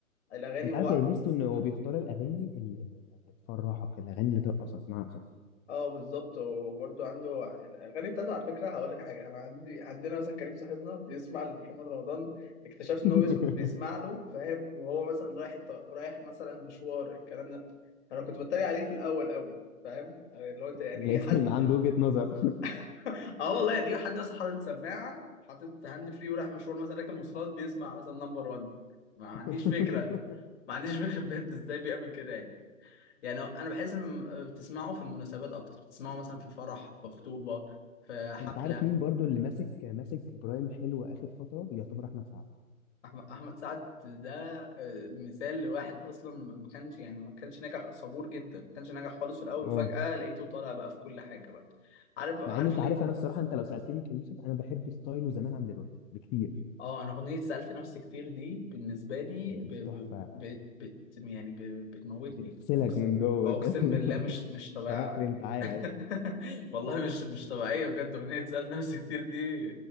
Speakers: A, on the left; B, on the left.
A: الاغاني
B: انت
A: وهو
B: عارف يا ميزته ان هو بيختار الاغاني اللي, اللي اللي تفرحك الاغاني اللي ترقصك بمعنى اصح
A: اه بالظبط وبرده عنده الاغاني بتاعته على فكره هقول لك حاجه انا عندي عندنا مثلا كريم صاحبنا بيسمع لمحمد رمضان اكتشفت ان
B: <laughs>
A: هو بيسمع, بيسمع له فاهم وهو مثلا رايح الط- رايح مثلا مشوار الكلام ده فانا كنت بتريق عليه في الاول قوي فاهم يعني اللي هو انت يعني
B: لقيت
A: ايه حد
B: ان عنده وجهه نظر
A: <laughs> اه والله يعني ايه حد مثلا حاطط سماعه حاطط هاند فري ورايح مشوار مثلا راكب مواصلات بيسمع مثلا نمبر 1 ما عنديش
B: <laughs>
A: فكره ما عنديش فكره بجد ازاي بيعمل كده يعني يعني انا بحس ان بتسمعه في المناسبات اكتر تسمعه مثلا في فرح في خطوبه في حفله
B: انت عارف مين برضو اللي ماسك ماسك برايم حلو اخر فتره يعتبر احمد سعد
A: أحم- احمد سعد ده آه، مثال لواحد اصلا ما كانش يعني ما كانش ناجح صبور جدا ما كانش ناجح خالص في الاول
B: اه
A: وفجاه لقيته طالع بقى في كل حاجه بقى عارف عارف
B: مع ان انت
A: ليه
B: عارف انا الصراحه انت لو سالتني كيوسف انا بحب ستايله زمان عن دلوقتي بكتير
A: اه انا اغنيه سالت نفسي كتير دي بالنسبه لي
B: يعني
A: ب...
B: تحفه
A: ب... بت... بت... يعني ب... بتموتني
B: بتغسلك
A: اقسم
B: من جوه
A: اقسم
B: كده <laughs>
A: بالله مش مش طبيعي
B: انت رايح فين تعالى هنا
A: <laughs> والله مش مش طبيعية بجد أغنية سألت نفسي كتير دي